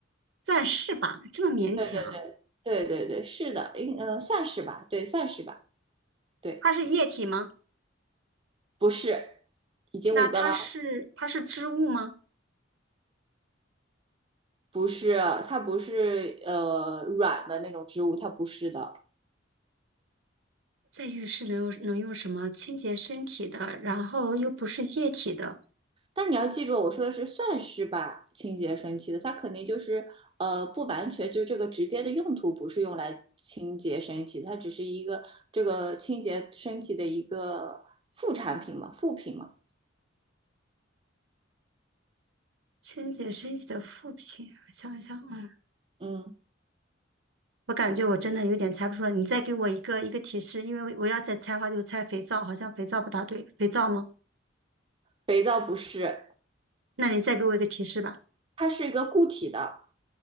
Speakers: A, on the right; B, on the right.
A: 算是吧，这么勉强。
B: 对对对对对，是的，应呃算是吧，对，算是吧，对，
A: 它是液体吗？
B: 不是，已经五个了，
A: 那它是它是织物吗？
B: 不是，它不是呃软的那种植物，它不是的，
A: 在浴室能用能用什么清洁身体的？然后又不是液体的，
B: 但你要记住，我说的是算是吧，清洁身体的，它肯定就是呃不完全就这个直接的用途不是用来清洁身体，它只是一个这个清洁身体的一个副产品嘛，副品嘛。
A: 清洁身体的副品，我想一想，嗯。
B: 嗯，
A: 我感觉我真的有点猜不出来，你再给我一个一个提示，因为我我要再猜的话就猜肥皂，好像肥皂不大对，肥皂吗？
B: 肥皂不是，
A: 那你再给我一个提示吧。
B: 它是一个固体的，